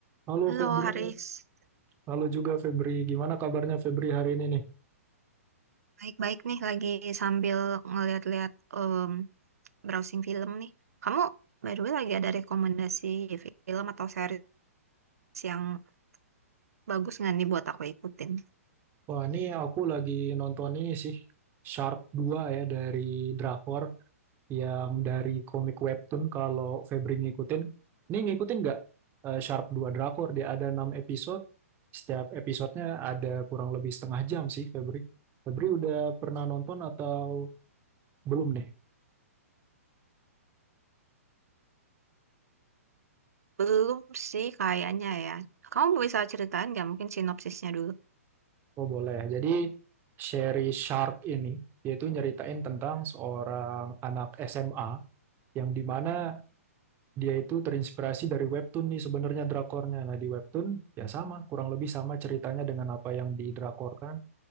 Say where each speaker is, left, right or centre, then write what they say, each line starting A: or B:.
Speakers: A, on the right; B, on the right.
A: Halo
B: Halo
A: Febri,
B: Haris,
A: halo juga Febri. Gimana kabarnya Febri hari ini nih?
B: baik-baik nih lagi sambil ngeliat-liat em, browsing film nih. Kamu by the way lagi ada rekomendasi film atau series yang bagus nggak nih buat aku ikutin?
A: Wah, ini aku lagi nonton ini sih, Shark dua ya dari Drakor yang dari komik webtoon kalau Febri ngikutin. Ini ngikutin nggak eh, Shark 2 Drakor? Dia ada 6 episode, setiap episodenya ada kurang lebih setengah jam sih Febri. Febri udah pernah nonton atau belum nih?
B: Belum sih kayaknya ya. Kamu bisa ceritain nggak mungkin sinopsisnya dulu?
A: Oh boleh. ya. Jadi seri Shark ini yaitu nyeritain tentang seorang anak SMA yang dimana dia itu terinspirasi dari webtoon nih sebenarnya drakornya. Nah, di webtoon ya sama, kurang lebih sama ceritanya dengan apa yang didrakorkan.